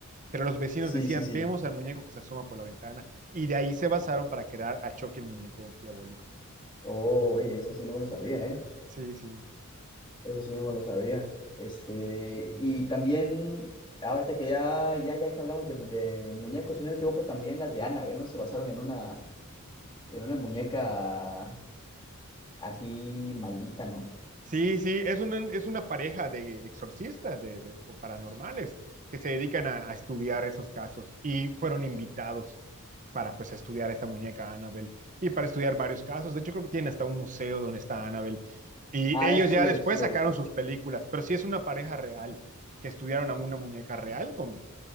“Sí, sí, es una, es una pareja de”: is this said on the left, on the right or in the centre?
Right